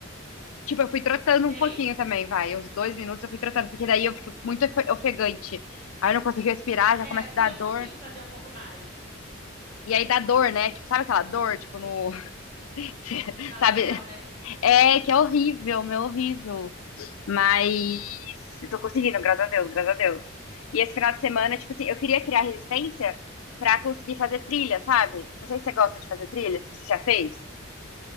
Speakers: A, on the left; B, on the right.
A: Tipo, eu fui trotando
B: Sei.
A: um pouquinho também, vai. Uns dois minutos eu fui trotando, porque daí eu fico muito ofe- ofegante. Aí eu não consigo respirar,
B: É,
A: já começa
B: assim
A: a
B: eu
A: dar
B: consigo
A: dor.
B: fazer um pouco mais.
A: E aí dá dor, né? Tipo, sabe aquela dor, tipo, no. <laughs>
B: Na lateral,
A: Sabe?
B: né?
A: É, que é horrível, meu, horrível. Mas eu tô conseguindo, graças a Deus, graças a Deus. E esse final de semana, tipo assim, eu queria criar resistência pra conseguir fazer trilha, sabe? Não sei se você gosta de fazer trilha, se você já fez.